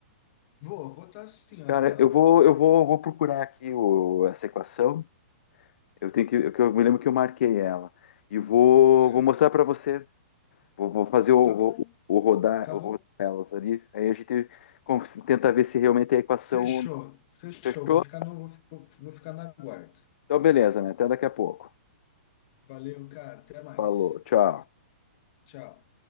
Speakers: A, on the left; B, on the left.
A: Vou, vou estar assim, aham,
B: Cara, eu vou, eu vou, vou procurar aqui o- essa equação Eu tenho que, eu que eu me lembro que eu marquei ela. E vou,
A: certo.
B: vou mostrar para você. Vou, vou fazer o,
A: Tá bom,
B: o, o rodar,
A: tá
B: o
A: bom.
B: rodar elas ali. Aí a gente con- tenta ver se realmente é a equação.
A: Fechou, fechou.
B: Fechou?
A: Vou ficar no, vou, fi- vou ficar na guarda.
B: Então, beleza, né? Até daqui a pouco.
A: Valeu, cara. Até mais.
B: Falou, tchau.
A: Tchau.